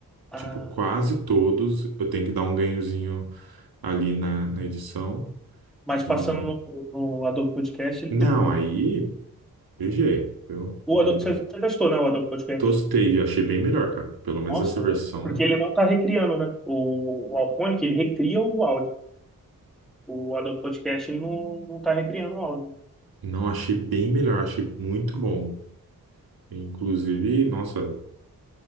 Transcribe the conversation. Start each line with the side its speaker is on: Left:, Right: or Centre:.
Centre: Ah,
Right: Tipo, quase todos eu tenho que dar um ganhozinho ali na, na edição
Centre: mas passando
Right: e
Centre: no, no Adobe Podcast, ele
Right: não,
Centre: foi de boa.
Right: aí g G, eu
Centre: O
Right: não
Centre: Adobe, você você testou, né? O Adobe Podcast.
Right: tostei, achei bem melhor, cara. Pelo menos
Centre: Nossa,
Right: essa versão
Centre: porque ele não tá recriando, né? O, o Alphonic, ele recria o áudio. O Adobe Podcast, ele não, não tá recriando o áudio.
Right: Não, achei bem melhor, achei muito bom. Inclusive, nossa,